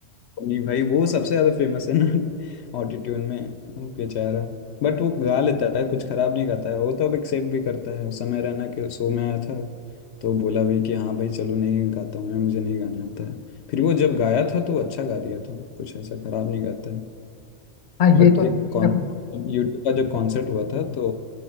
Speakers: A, on the left; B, on the left.
A: नहीं भाई वो सबसे ज्यादा फेमस है ना <laughs> ऑटिट्यूड में वो बेचारा बट वो गा लेता है कुछ खराब नहीं गाता है वो तो अब एक्सेप्ट भी करता है उस समय रहना के शो में आया था तो बोला भी कि हाँ भाई चलो नहीं गाता हूँ मैं मुझे नहीं गाने आता है फिर वो जब गाया था तो अच्छा गा दिया था कुछ ऐसा खराब नहीं गाता है
B: हाँ ये
A: बट
B: तो है,
A: एक कॉन्सर्ट यूट्यूब का जब कॉन्सर्ट हुआ था तो